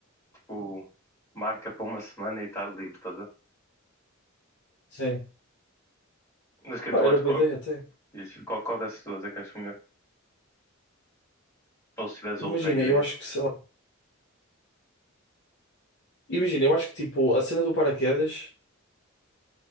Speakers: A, on the left (about 15°); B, on the left (about 55°).
A: tipo marca para uma semana e estar livre, tá?
B: Sim.
A: Mas o que é
B: Pá,
A: que tu
B: era
A: achas?
B: boa
A: Qual,
B: ideia até.
A: diz, qual, qual dessas duas é que achas melhor? Ou se tiveres
B: Imagina,
A: outra ideia?
B: eu acho que, sei lá, imagina, eu acho que tipo, a cena do paraquedas,